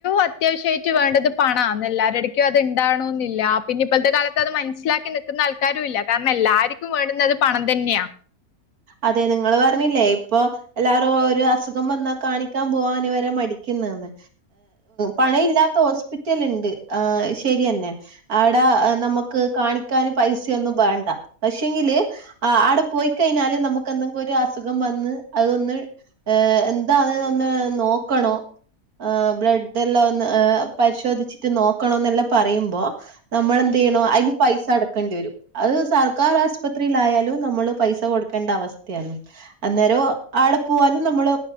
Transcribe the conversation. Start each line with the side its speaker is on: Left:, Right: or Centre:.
Left: അത്യാവശ്യമായിട്ട് വേണ്ടത് പണം എന്നൺന്ന് എല്ലാരുടെടയ്ക്കും അത് ഇണ്ടാവണ എന്നില്ല പിന്നെ ഇപ്പോഴത്തെ കാലത്ത് അത് മനസ്സിലാക്കി നിൽക്കുന്ന ആൾക്കാരും ഇല്ല കാരണം എല്ലാർക്കും വേടുന്നത്ത് പണം തന്നെയാ
Right: അതെ തെ നിങ്ങള്ൾ പറഞ്ഞില്ലേ ഇപ്പൊ എല്ലാരും ഒരു അസുഖം വന്നാൽ കാണിക്കാൻ പോവാൻ ഇവരെ മടിക്കുന്നന്ന് പണ ഇല്ലാത്ത ഹോസ്പിറ്റല ഉണ്ട് ആ ശരിയെന്നെ അവിടെ നമുക്ക് കാണിക്കാന് പൈസൊന്നും വേണ്ട പക്ഷെങ്കില് ആ ആവടെ പോയി കഴിഞ്ഞാല് നമുക്ക് എന്തെങ്കിലും ഒരു അസുഖം വന്ന് അതൊന്ന് ഏഹ്ഹ എന്താന്ന് ഒന്ന് നോക്കണോ ആ്ഹഹ ബ്ലഡ് എല്ലാം ഒന്ന് പരിശോധിച്ചിട്ട് നോക്കണം എന്നെല്ലാം പറയുമ്പോ നമ്മൾെന്ത് ചെയ്യണോ അതിന് പൈസ അടക്കേണ്ടി വരും അഹ് സർക്കാർ ആശുപ്രതിലായാലും നമ്മള് പൈസ കൊടുക്കേണ്ട അവസ്ഥയാണ് അന്നേരം ആടെ പോവാനും നമ്മള്